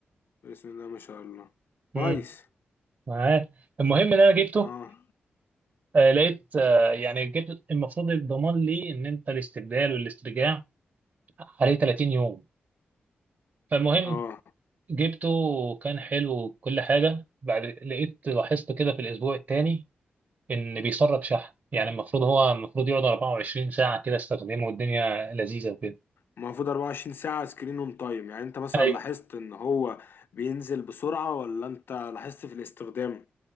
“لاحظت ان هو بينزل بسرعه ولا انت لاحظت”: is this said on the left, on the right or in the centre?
Left